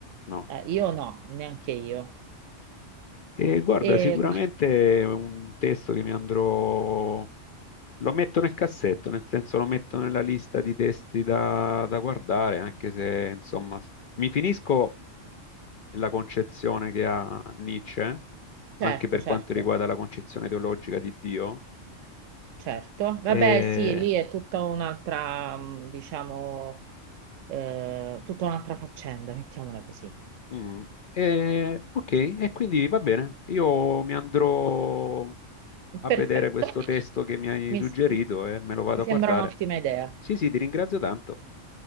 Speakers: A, on the left; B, on the right.
A: No.
B: eh, io no, neanche io.
A: E guarda,
B: E,
A: sicuramente è un testo che mi andrò... Lo metto nel cassetto, nel senso lo metto nella lista di testi da, da guardare, anche se, insomma, s- mi finisco la concezione che ha Nietzsche,
B: certo,
A: anche per
B: certo,
A: quanto riguarda la concezione teologica di Dio.
B: certo.
A: E,
B: Vabbè, sì, lì è tutta un'altra, mm, diciamo, eh, tutta un'altra faccenda, mettiamola così.
A: mm, e- ok, e quindi va bene, io mi andrò a vedere
B: Perfetto,
A: questo testo che mi hai
B: mi,
A: suggerito
B: s-
A: e me lo vado
B: mi
A: a
B: sembra
A: guardare.
B: un'ottima idea.
A: Sì, sì, ti ringrazio tanto.